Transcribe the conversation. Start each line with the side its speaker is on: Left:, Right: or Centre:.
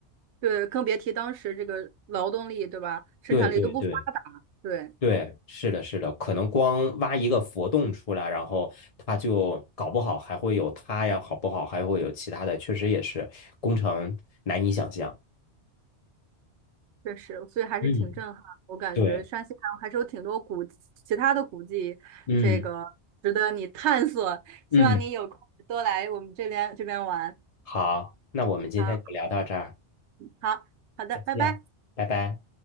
Right: 对，更别提当时这个劳动力，对吧？生产力都不发达，
Left: 对对对。
Right: 对。
Left: 对，是的，是的，可能光挖一个佛洞出来，然后它就搞不好还会有它呀，好不好？还会有其他的，确实也是工程难以想象。
Right: 确实，所以还是挺震撼。
Left: 嗯，
Right: 我感觉山西还还是有挺多古其他的古迹，
Left: 对，嗯
Right: 这个值得你探索。
Left: 嗯，
Right: 希望你有空多来我们这边这边玩
Left: 好，那我们今天就聊到这儿，
Right: 好好好的，
Left: 再见，
Right: 拜拜。
Left: 拜拜。